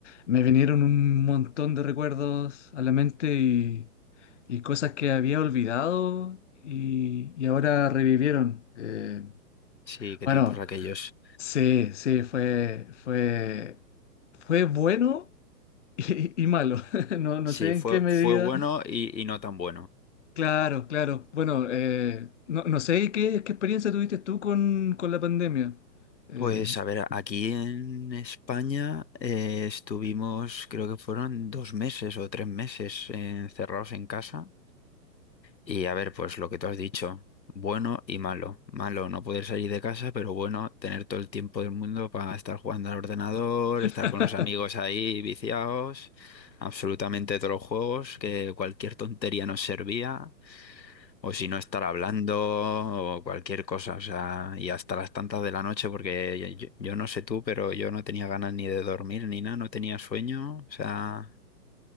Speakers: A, on the left; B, on the left.
A: me vinieron un montón de recuerdos a la mente y, y cosas que había olvidado y, y ahora revivieron. Eh,
B: sí, qué
A: bueno,
B: tiempos aquellos.
A: sí, sí, fue, fue, fue bueno. Y, y malo, <laughs> no, no
B: Sí,
A: sé
B: fue,
A: en qué medida.
B: fue bueno y, y no tan bueno.
A: Claro, claro. Bueno, eh, no, no sé qué, qué experiencia tuviste tú con, con la pandemia. Eh,
B: Pues a ver, aquí en España eh, estuvimos, creo que fueron dos meses o tres meses eh, encerrados en casa Y a ver, pues lo que tú has dicho, bueno y malo. Malo no poder salir de casa, pero bueno, tener todo el tiempo del mundo para estar jugando al ordenador,
A: <laughs>
B: estar con los amigos ahí viciados, absolutamente todos los juegos, que cualquier tontería nos servía, o si no estar hablando, o cualquier cosa, o sea, y hasta las tantas de la noche, porque yo, yo no sé tú, pero yo no tenía ganas ni de dormir ni nada, no tenía sueño, o sea,